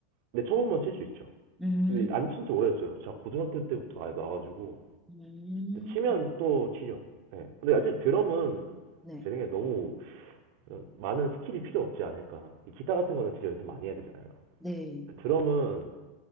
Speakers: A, on the right; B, in the centre.
A: 근데 처음만 칠 수 있죠.
B: 음,
A: 근데 안 친지 오래됐어요. 제가 고등학교 때부터 아예 나와가지고.
B: 음,
A: 치면 또 치죠. 네. 근데 어쨌든 드럼은
B: 네,
A: 제 생각에 너무 어, 많은 스킬이 필요 없지 않을까. 기타 같은 거는 진짜 연습 많이 해야 되잖아요.
B: 네.
A: 드럼은